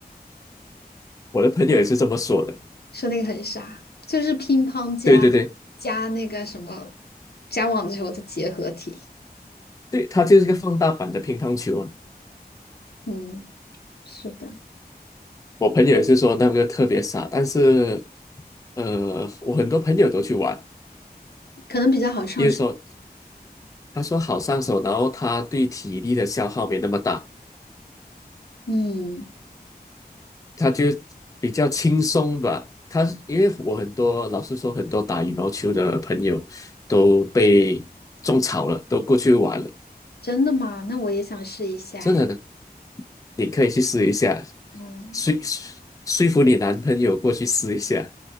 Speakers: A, on the left; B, on the left.
A: 我的朋友也是这么说的。
B: 说那个很傻，就是乒乓加
A: 对对对
B: 加那个什么加网球的结合体。
A: 对，它就是一个放大版的乒乓球啊。
B: 嗯，是的，
A: 我朋友也是说那个特别傻，但是呃，我很多朋友都去玩，
B: 可能比较好上手。
A: 因为说他说好上手，然后他对体力的消耗没那么大，
B: 嗯，
A: 他就比较轻松吧。他因为我很多老实说，很多打羽毛球的朋友都被种草了，都过去玩了，
B: 真的吗？那我也想试一下哎。
A: 真的的，你可以去试一下，
B: 嗯。
A: 说说服你男朋友过去试一下。